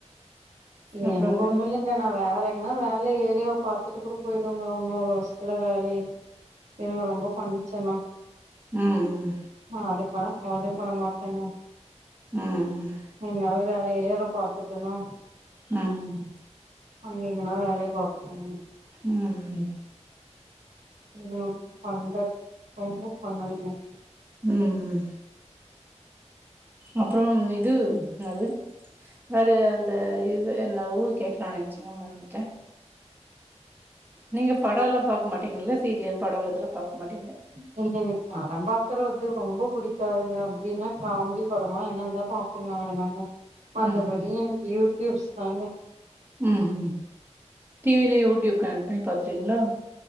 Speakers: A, on the right; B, on the right.
A: அப்றோங்க
B: எனக்கு ஒன்னுலங் இல்ல நான் வேற எங்கன்னா வேல ஏரியா பாத்துட்டு கூட போயிடுவங்க இன்னு ஒரு வருஷத்துல வேலயே இவங்க ரொம்ப பண்ணுச்சினா
A: ம் ம்
B: நா அதுக்கலா கவலே பட மாட்டங்க
A: ம் ம்
B: எங்கயாவது வேற ஏரியால பாத்துட்டனா
A: ம்
B: அங்க எங்கன்னா வேலய பாத்துகணுங்க
A: ம்ம்
B: ம் அம் பன்ரக் ரொம்ப பண்ணுதுங்க
A: ம்ம் அப்ரம் இது என்னாது வேறே அந்த இவெ என்ன ஊ கேக்லா நென்ச்சிங்க மந்துட்டே நீங்க படலா பாக்க மாட்டீங்கல்ல சீரியல் படோ இதெல்லா பாக் மாட்டீங்க
B: நீ எனுக் படம் பாக்குரவத்து ரொம்ப புடிக்காதுங்யம் இங்யுங்க காமடி படமா என்னந்தா பாப் புன் அவ்ளே தாங்க மத்தபடி
A: ம்ஹூம்
B: எனக்கு யூட்யூப்ஸ் தாங்க
A: ம் ம் டிவிலே வுட்யூப் கனக் பண்ணி பாத்றீங்ளா